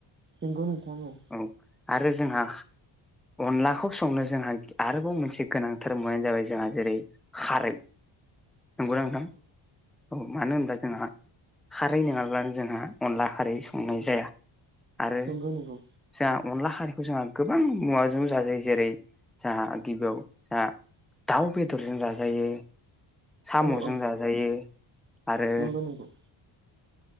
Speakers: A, on the right (about 25°); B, in the centre.
A: नोंगौ नोंथाङाव औ
B: औ आरो जोंहा अनलाखौ संनो जोंहा आरोबाव मोनसे गोनांथार मुवानो जाबाय जोंहा जेरै खारै नंगौ ना नोंथां औ मानो होनबा जोंहा खारै नङाब्लानो जोंहा अनला खारै संनाय जाया आरो
A: बेथ नंगौ
B: जोंहा अनला हारिखौ जोंहा गोबां मुवाजों जाजायो जेरै जोंहा गिबियाव जोंहा दाउ बेदरजों जाजायो साम'जों
A: औ औ
B: जाजायो आरो
A: नंगौ नगौ